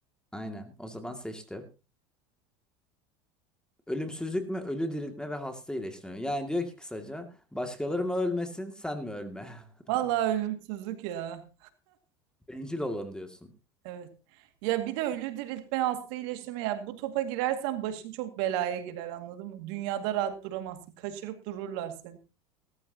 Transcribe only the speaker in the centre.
aynen o zaman seçti. Ölümsüzlük mü ölü diriltme ve hasta iyileştirme. mi? Yani diyor ki kısaca başkaları mı ölmesin sen mi ölme? <laughs>
Bencil olalım diyorsun.